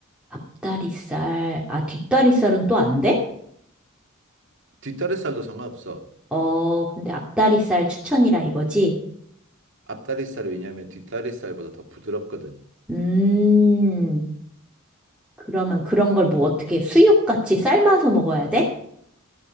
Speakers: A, in the centre; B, on the right (about 60°).
A: 앞다리살, 아, 뒷다리살은 또 안 돼?
B: 뒷다리살도 상관없어.
A: 어, 근데 앞다리살 추천이라 이거지?
B: 앞다리살이 왜냐면 뒷다리살보다 더 부드럽거든.
A: 음, 그러면 그런 걸 뭐 어떻게 수육같이 삶아서 먹어야 돼?